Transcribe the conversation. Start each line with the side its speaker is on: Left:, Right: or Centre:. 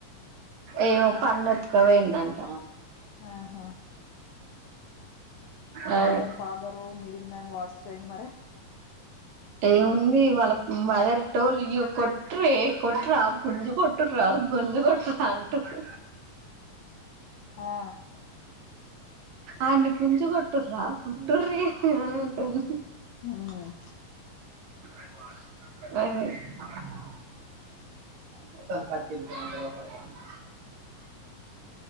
Right: ఏమో పన్నఎత్క్ పోయిందట
Left: ఆహా
Right: అదే
Left: mother father middle man what's saying మరి
Right: ఏముంది వాళ్ళ మదర్ టోల్ యూ <unintelligible> కొట్ర గుంజు కూటుర గుంజు కొట్రా అంటుంది
Left: ఆ
Right: ఆన్ని <unintelligible> కొట్టుర్రీ అని అంటుంది
Left: మ్మ్
Right: <unintelligible> <unintelligible> <inaudible>